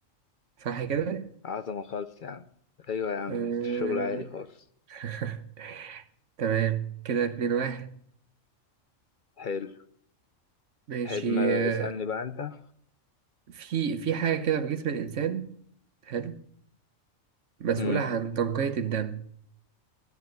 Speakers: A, on the right (about 65°); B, on the left (about 50°).
A: صح كده؟
B: عظمة خالص يا عم أيوة يا عم
A: آه...
B: الشغل عالي خالص
A: <laughs> تمام كده اتنين واحد
B: حلو
A: ماشي
B: تحب ما
A: آه،
B: اسألني بقى أنت
A: في في حاجة كده في جسم الإنسان حلو مسؤولة
B: مم.
A: عن تنقية الدم